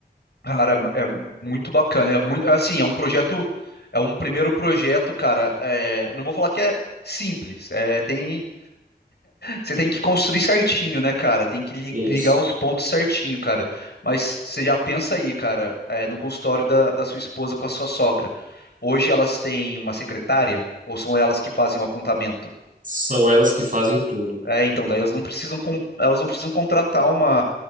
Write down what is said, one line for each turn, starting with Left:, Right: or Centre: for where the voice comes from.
Left: Cara, é, é muito bacana. É muito, assim, é um projeto, é um primeiro projeto, cara. é, não vou falar que é simples. É, tem Você tem que construir certinho, né, cara? Tem que li-
Right: Isso.
Left: ligar os pontos certinho, cara. Mas você já pensa aí, cara, é, no consultório da, da sua esposa com a sua sogra. Hoje elas têm uma secretária ou são elas que fazem o apontamento?
Right: São elas que fazem tudo.
Left: É, então daí elas não precisam con- elas não precisam contratar uma